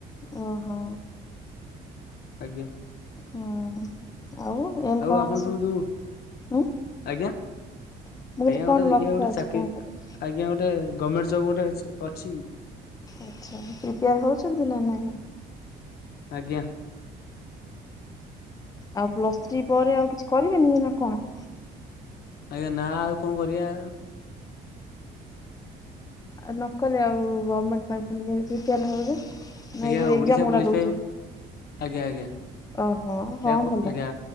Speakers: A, on the left (about 20°); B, on the left (about 65°).
A: ଅ ହ।
B: ଆଜ୍ଞା।
A: ହଁ ଆଉ ଏମ କଣ
B: ଆପଣ
A: ଅଛି?
B: ସବୁ ଯୋଉ
A: ଉଁ
B: ଆଜ୍ଞା ଆଜ୍ଞା
A: ମୁଁ କହିଲି କଣ
B: ଗୋଟେ ଦେଖିବା
A: ଲକ୍ଷ୍ୟ
B: ଗୋଟେ
A: ଅଛି
B: ଚାକିରି
A: କଣ କରିବେ?
B: ଆ ଆଜ୍ଞା ଗୋଟେ। ଗମେଣ୍ଟ ଜବ୍ ଗୋଟେ ଅଛି।
A: ଆଛା ପ୍ରିପେୟାର ହଉଛନ୍ତି ନା ନାହିଁ?
B: ଆଜ୍ଞା।
A: ଆଉ ପ୍ଲସ୍ ଥ୍ରୀ ପରେ ଆଉ କିଛି କରିବେନି ନା କଣ?
B: ଆଜ୍ଞା ନା ଆଉ କଣ କରିବା।
A: ଆ ନ କଲେ ଆଉ ଗମେଣ୍ଟ ପାଇଁ କେମିତି ପ୍ରିପେୟାର ହେବେ ଯେ?
B: ଆଜ୍ଞା
A: ନାଇଁ ଯୋଉ ଏକ୍ଜାମ
B: ଓଡିଶା
A: ଗୁଡା
B: ପୋଲିସ
A: ଦଉଚେ।
B: ପାଇଁ ଆଜ୍ଞା ଆଜ୍ଞା
A: ଅହ
B: ଆଜ୍ଞା
A: ହଁ
B: ଫ
A: ଭଲ
B: ଆଜ୍ଞା